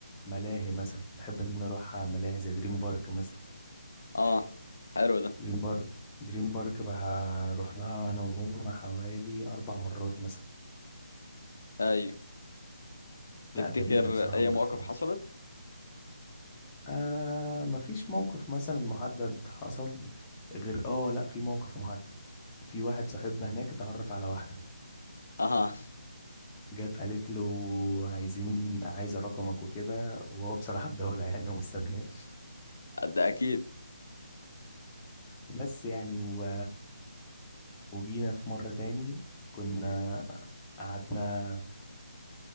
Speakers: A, on the left (about 15°); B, on the left (about 60°).
A: ملاهي مثلا بحب ان انا اروح على ملاهي زي دريم بارك مثلا
B: اه حلو ده
A: دريم بارك دريم بارك بقى رحناها انا وهم حوالي اربع مرات مثلا
B: ايوه تفتكر
A: لا جميلة بصراحة
B: اي
A: برضو
B: مواقف حصلت
A: آه مفيش موقف مثلا محدد حصل غير اه لا في موقف محدد في واحد صاحبنا هناك اتعرف على واحدة
B: اها
A: جت قالت له عايزين عايزة رقمك وكده وهو بصراحة الدولة يعني ومستناش
B: ده اكيد
A: بس يعني و... وجينا في مرة تاني كنا قعدنا